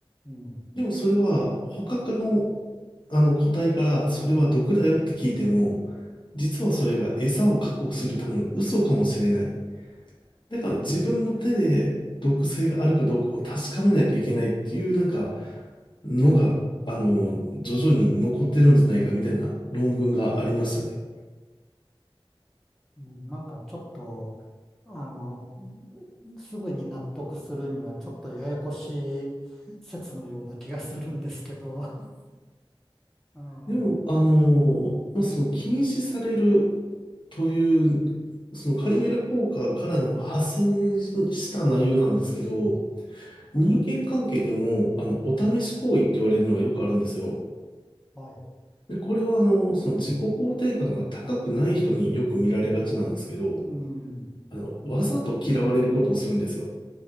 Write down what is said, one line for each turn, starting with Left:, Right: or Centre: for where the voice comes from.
Centre: うん、
Left: でもそれは他の、あの個体からそれは毒だよって聞いても、実はそれが餌を確保するための嘘かもしれない。だから自分の手で毒性があるかどうかを確かめないといけないっていうなんかのが、あの、徐々に残ってるんじゃないかみたいな論文がありましたね。
Centre: うんなんかちょっと、あの、すぐに納得するにはちょっとややこしい説のような気がするんですけど。<laughs> うん、
Left: でも、あの、
Centre: うん
Left: まあ、その禁止されるという、そのカリゲラ効果からの派生した内容なんですけど、
Centre: はい、
Left: 人間関係でも、あの、お試し行為って言われるのがよくあるんですよ。
Centre: はい。
Left: で、これは、あの、その自己肯定感が高くない人によく見られがちなんですけど、
Centre: うん、
Left: あの、わざと嫌われることをするんですよ。